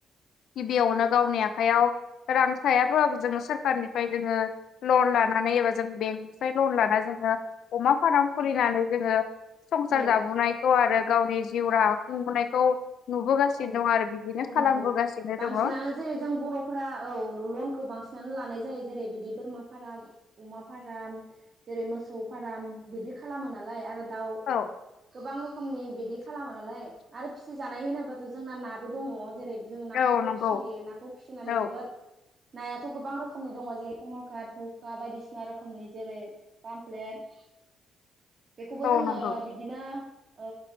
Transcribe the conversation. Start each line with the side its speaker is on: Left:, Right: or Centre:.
Left: गिबियावनो गावनि आखयाव रां थायाबो जोंङो सरखारनिफ्राय जोंङो लन। लानानै एबा जों बेंकनिफ्राय लन लाना जोंङो अमा फार्म खुलिनानै जोंङो। संसार
Right: औ
Left: जाबोनायखौ आरो गावनि जिउ राहा खुंबोनायखौ नुबोगासिनो
Right: औ
Left: दं आरो। बिदिनो
Right: औ
Left: खालामबोगासिनो
Right: नंगौ बांसिनानो
Left: दङ
Right: जेरै जों बरफोरा औ लनखौ बांसिनानो लानाय। जायो जेरै बिदि बोरमा फार्म अमा फार्म जेरै मोसौ फार्म बिदि खालामो नालाय आरो। दाउ
Left: औ
Right: गोबां रोखोमनि बिदि खालामो नालाय आरो फिसि जानाय होनोबा जोंना नाबो दङ जेरै जों नाखौबो
Left: औ नंगौ
Right: फिसियो नाखौ फिसिनानै
Left: औ
Right: जोबोद। नायाथ गोबां रोखोमनि दङ जेरै कमलकात भखुवा बायदिसिना रोखोमनि जेरै पामफ्लेट।
Left: <inaudible>
Right: बेखौबो
Left: औ
Right: जोंङो
Left: नंगौ
Right: बिदिनो ओ